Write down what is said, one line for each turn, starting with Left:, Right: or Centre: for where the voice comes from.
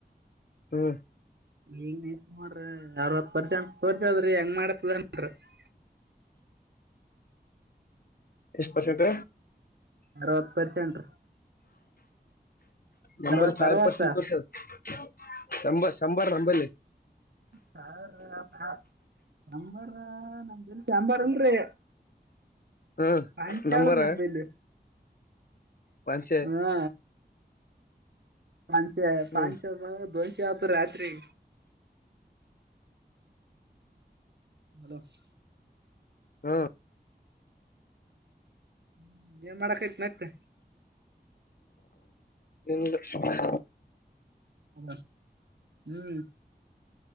Left: ಹ್ಮ್
Right: ಈಂಗ ಎ ಮಾಡ್ರಿ ಅರವತ್ ಪರ್ಷ ಅ ಪರ್ಷ ಅದ್ರಿ ಹೆಂಗ್ ಮಾಡತ್ದ ಮಾಡ್ರಿ <unintelligible>
Left: ಎಷ್ಟ ಪರ್ಸೆಂಟ್
Right: ಅರವತ್ತು ಪರ್ಸೆಂಟ್
Left: ನಂಬಲ್ಲಿ
Right: ಅರವತ್
Left: ಸಾವಿರ
Right: ಅರವತ್ತ
Left: ಪರ್ಸೆಂಟ್ ತೋರ್ಸರ್ ಶಂಬರ್ ನಂಬಲ್ಲಿ
Right: ಸಾರ್ ಸ ನಂಬರ ಅಲ್ ಸಾಂಬಾರ್ ಅಲ್ರಿ
Left: ಹಾ
Right: ಆಯಕ
Left: ನಂಬರ
Right: ಯ್ರಿರಿ ಅಂಬೇಲ್
Left: ಪಂಚೆ
Right: ಹಾ ಪನ್ಸೆ ಪಚೆ
Left: ಹ್ಮ್
Right: ದೊನ್ಶೆ ಅತು ರತ್ರಿ <unintelligible>
Left: ಹ್ಮ
Right: ಹ್ಮ್ ಏನ್ ಮಾಡಕ್ ಆಯಿತೇ ಮತ್ತೆ
Left: ಏನಿಲ್ಲ <unintelligible>
Right: ಹ ಹ್ಮ್